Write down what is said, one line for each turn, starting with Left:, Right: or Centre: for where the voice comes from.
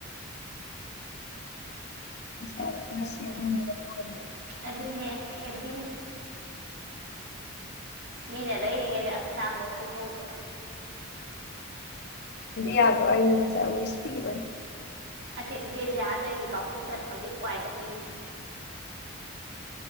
Left: ꯑꯁꯥꯗ ꯔꯁꯤꯌꯥ ꯑꯣꯏ
Right: ꯑꯗꯨꯅꯦ ꯁꯦꯚꯡ ꯃꯤꯅꯦꯂ ꯍꯦ ꯇꯥꯡꯕ ꯈꯜꯍꯧꯕ
Left: ꯌꯥꯗ ꯑꯣꯏꯏ ꯃꯖꯥ ꯏꯁ ꯄꯤꯕꯅꯤ
Right: ꯑꯁꯤ ꯕꯦꯂꯤꯌꯥꯗ ꯑꯩꯗꯤ ꯀꯥꯎꯊꯣꯛꯇꯅ ꯍꯧꯖꯤꯛ ꯋꯥꯏꯗ ꯄꯤꯔꯤ